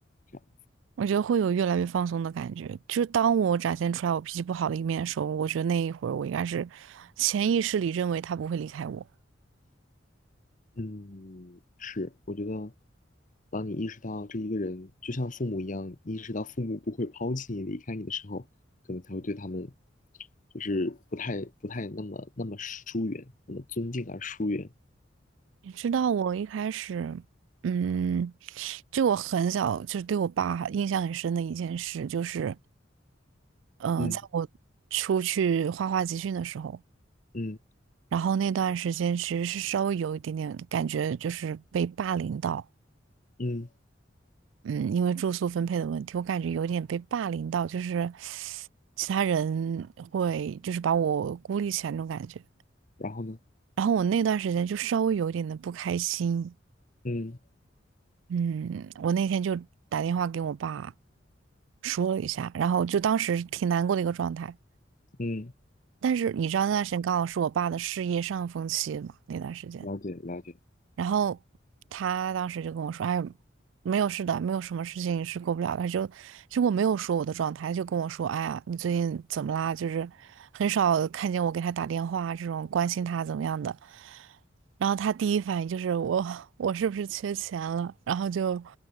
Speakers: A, on the left (about 45°); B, on the right (about 90°).
A: 这样？
B: 我觉得会有越来越放松的感觉，就是当我展现出来我脾气不好的一面的时候，我觉得那一会儿我应该是潜意识里认为他不会离开我。
A: 嗯，是，我觉得，当你意识到这一个人就像父母一样，意识到父母不会抛弃你、离开你的时候，可能才会对他们，就是不太不太那么那么疏远，那么尊敬而疏远。
B: 你知道我一开始，嗯，就我很小，就是对我爸印象很深的一件事，就是，嗯、
A: 嗯
B: 在我出去画画集训的时候，
A: 嗯
B: 然后那段时间其实是稍微有一点点感觉，就是被霸凌到，
A: 嗯，
B: 嗯，因为住宿分配的问题，我感觉有点被霸凌到，就是其他人会就是把我孤立起来那种感觉，
A: 然后呢？
B: 然后我那段时间就稍微有一点的不开心。
A: 嗯
B: 嗯，我那天就打电话给我爸，说了一下，然后就当时挺难过的一个状态。
A: 嗯。
B: 但是你知道那段时间刚好是我爸的事业上峰期嘛，那段时间，
A: 了解了解，
B: 然后他当时就跟我说：“哎，没有事的，没有什么事情是过不了的。”就结果我没有说我的状态，就跟我说：“哎呀，你最近怎么啦？就是很少看见我给他打电话啊这种关心他怎么样的。”然后他第一反应就是我我是不是缺钱了？然后就